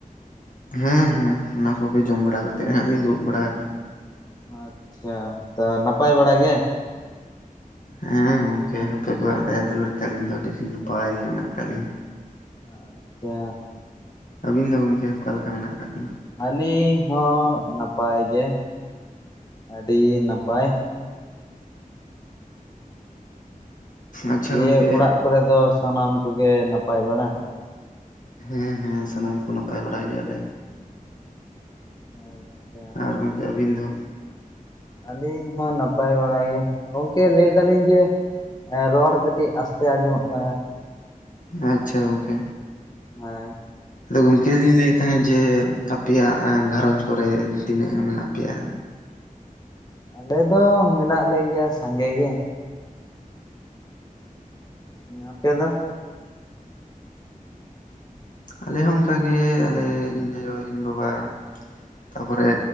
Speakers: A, on the left (about 65°); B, on the left (about 25°).
A: ᱦᱮᱸ ᱦᱮᱸ ᱚᱱᱟ ᱠᱚᱜᱮ ᱡᱚᱢ ᱵᱟᱲᱟ ᱠᱟᱛᱮᱫ ᱦᱟᱸᱜ ᱞᱤᱧ ᱫᱩᱲᱩᱵ ᱵᱟᱲᱟ ᱟᱠᱟᱱᱟ᱾
B: ᱟᱪᱪᱷᱟ ᱛᱟ ᱱᱟᱯᱟᱭ ᱵᱟᱲᱟ ᱜᱮ?
A: ᱦᱮᱸ ᱜᱚᱝᱠᱮ ᱦᱟᱯᱮ ᱠᱚᱣᱟᱜ ᱫᱟᱭᱟ ᱫᱩᱞᱟᱹᱲ ᱛᱮ ᱟᱹᱞᱤᱧ ᱫᱚ ᱟᱹᱰᱤ ᱱᱟᱯᱟᱭ ᱜᱮ ᱢᱮᱱᱟᱜ ᱟᱠᱟᱫ ᱞᱤᱧᱟᱹ᱾
B: ᱟᱪᱪᱷᱟ
A: ᱟᱹᱵᱤᱱ ᱫᱚ ᱜᱚᱝᱠᱮ ᱚᱠᱟ ᱞᱮᱠᱟ ᱢᱮᱱᱟᱜ ᱟᱠᱟᱜ ᱵᱤᱱᱟ?
B: ᱟᱹᱞᱤᱧ ᱦᱚᱸ ᱱᱟᱯᱟᱭ ᱜᱮ ᱟᱹᱰᱤ ᱱᱟᱯᱟᱭ᱾
A: ᱟᱪᱪᱷᱟ
B: ᱫᱤᱭᱮ
A: ᱜᱚᱝᱠᱮ
B: ᱚᱲᱟᱜ ᱠᱚᱨᱮ ᱫᱚ ᱥᱟᱱᱟᱢ ᱠᱚᱜᱮ ᱱᱟᱯᱟᱭ ᱵᱟᱲᱟ?
A: ᱦᱮᱸ ᱦᱮᱸ ᱥᱟᱱᱟᱢ ᱠᱚ ᱱᱟᱯᱟᱭ ᱵᱟᱲᱟ ᱜᱮᱭᱟᱞᱮ᱾
B: ᱢᱳ ᱪᱪᱷᱟ
A: ᱟᱨ ᱜᱚᱢᱠᱮ ᱟᱹᱵᱤᱱ ᱫᱚ?
B: ᱟᱹᱞᱤᱧ ᱦᱚᱸ ᱱᱟᱯᱟᱭ ᱵᱟᱲᱟ ᱜᱮ ᱜᱚᱝᱠᱮ ᱞᱟᱹᱭ ᱫᱟᱞᱤᱧ ᱡᱮ ᱮᱸ ᱨᱚᱲ ᱠᱟᱹᱴᱤᱡ ᱟᱥᱛᱮ ᱟᱸᱡᱚᱢᱚᱜ ᱠᱟᱱᱟ
A: ᱟᱪᱪᱷᱟ ᱜᱚᱝᱠᱮ
B: ᱦᱮᱸ
A: ᱞᱳ ᱜᱚᱝᱠᱮ ᱟᱫᱩᱧ ᱞᱟᱹᱭᱮᱫ ᱛᱟᱦᱮᱸᱫ ᱡᱮ ᱟᱯᱮᱭᱟᱜ ᱜᱷᱟᱨᱚᱸᱡᱽ ᱠᱚᱨᱮ ᱛᱤᱱᱟᱹᱜ ᱢᱮᱱᱟᱜ ᱯᱮᱭᱟ?
B: ᱟᱞᱮ ᱫᱚ ᱢᱮᱱᱟᱜ ᱞᱮ ᱜᱮᱭᱟ ᱥᱟᱸᱜᱮ ᱜᱮ᱾ ᱟᱯᱮ ᱫᱚ?
A: ᱟᱞᱮ ᱦᱚᱸ ᱚᱱᱠᱟᱜᱮ ᱟᱞᱮ ᱤᱧ ᱟᱭᱳ ᱤᱧ ᱵᱟᱵᱟ ᱛᱟᱯᱚᱨᱮ